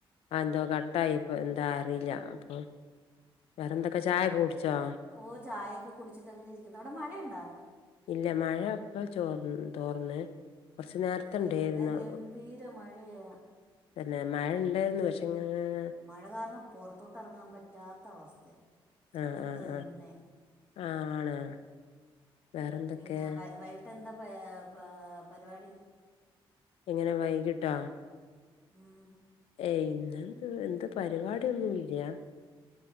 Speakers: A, on the left; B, on the right.
A: അഹ് ന്തോ കട്ടായിപ്പൊ എന്താ അറീല്ല അപ്പൊ വേറെന്തെക്ക ചായൊക്കെ കുട്ച്ചോ?
B: ഓഹ് ചായയൊക്കെ കുടിച്ചിട്ടങ്ങനെ യിരിക്കുന്നു അവ്ടെ മഴയുണ്ടോ?
A: ഇല്ല മഴ ഇപ്പൊ ചോർന്ന് തോർന്ന് കൊർച്ച് നേര്ത്തെണ്ടേയിരുന്നു
B: ആ ഇവിടെ ഗംഭീര മഴയാ
A: തന്നെ മഴെണ്ടായിരുന്നു പക്ഷെങ്ങനെങ്ങനെ
B: മഴ കാരണം പൊറത്തോട്ടെറങ്ങാൻ പറ്റാത്ത അവസ്ഥയാ
A: ആഹ്
B: അകത്ത്
A: ആഹ്
B: തന്നെ
A: ആഹ് ആണോ? വേറെന്തൊക്കെ
B: പിന്നെ വൈയിട്ടെന്താ പാ പരിവാടി?
A: എങ്ങനെ വൈകിട്ടോ?
B: ഉം
A: ഏയ് ഇന്നെന്ത് എന്ത് പരിപാടിയൊന്നുല്ല്യ